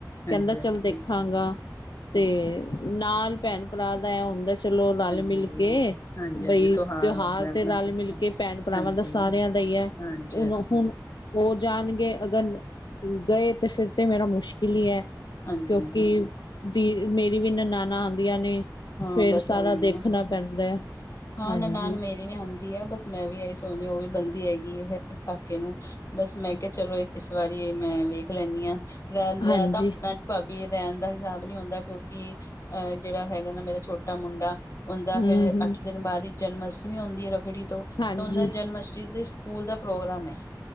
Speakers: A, on the left (about 45°); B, on the left (about 80°).
A: ਹਾਂਜੀ
B: ਕਹਿੰਦਾ ਚੱਲ ਦੇਖਾਂਗਾ
A: ਹਾਂਜੀ
B: ਤੇ।
A: ਹਾਂਜੀ
B: ਨਾਲ ਭੈਣ ਭਰਾ ਦਾ ਇਹ ਹੁੰਦਾ ਚਲੋ ਰਲ
A: ਹਾਂਜੀ
B: ਮਿਲ ਕੇ
A: ਹਾਂਜੀ
B: ਬਈ।
A: ਹਾਂਜੀ
B: ਤਿਉਹਾਰ
A: ਆਉਂਦਾ ਆਪਣਾ
B: ਤੇ ਰਲ
A: ਸੁੱਖ
B: ਮਿਲ ਕੇ ਭੈਣ ਭਰਾਵਾਂ
A: ਹਾਂਜੀ
B: ਦਾ ਸਾਰਿਆਂ ਦਾ ਹੀ ਹੈ
A: ਹਾਂਜੀ
B: ਹੁਣ
A: ਹਾਂਜੀ
B: ਹੁਣ। ਉਹ ਜਾਣਗੇ ਅਗਰ ਗਏ ਤੇ ਫਿਰ ਤੇ ਮੇਰਾ ਮੁਸ਼ਕਿਲ ਹੀ ਹੈ।
A: ਹਾਂਜੀ
B: ਕਿਉਂਕਿ
A: ਹਾਂਜੀ
B: ਦੀ ਮੇਰੀ ਵੀ ਨਨਾਨਾਂ ਆਉਂਦੀਆਂ ਨੇ।
A: ਹਾਂ
B: ਫੇਰ
A: ਬਸ
B: ਸਾਰਾ
A: ਇਹੀ
B: ਦੇਖਣਾ
A: ਹੈ ਨਾ
B: ਪੈਂਦਾ ਹੈ
A: ਹਾਂ
B: ਹਾਂਜੀ।
A: ਨਨਾਨ ਮੇਰੀ ਵੀ ਆਉਂਦੀ ਆ ਬਸ ਮੈਂ ਵੀ ਆਹੀ ਸੋਹਣੀ ਉਹ ਵੀ ਬਣਦੀ ਹੈਗੀ ਆ ਫਿਰ ਕਾਕੇ ਨੂੰ। ਬਸ ਮੈਂ ਕਿਹਾ, ਚਲੋ ਇਸ ਵਾਰੀ ਮੈਂ ਵੇਖ ਲੈਂਦੀ ਹਾਂ। ਰਹਿ ਰਹਿਣ
B: ਹਾਂਜੀ
A: ਤਾਂ ਨਾ ਭਾਬੀ ਰਹਿਣ ਦਾ ਹਿਸਾਬ ਨਹੀਂ ਹੁੰਦਾ ਕਿਉਂਕਿ ਅਹ ਜਿਹੜਾ ਹੈਗਾ। ਕਹਿੰਦਾ ਮੇਰਾ ਛੋਟਾ ਮੁੰਡਾ ਉਹਦਾ
B: ਹੂੰ
A: ਫੇਰ
B: ਹੂੰ
A: ਅੱਠ ਦਿਨ ਬਾਅਦ ਹੀ ਜਨਮ ਅਸ਼ਟਮੀ ਆਉਂਦੀ ਹੈ ਰੱਖੜੀ ਤੋਂ।
B: ਹਾਂਜੀ
A: ਤਾਂ ਉਹਦਾ ਜਨਮਅਸ਼ਟਮੀ ਦੇ ਸਕੂਲ ਦਾ ਪ੍ਰੋਗਰਾਮ ਹੈ।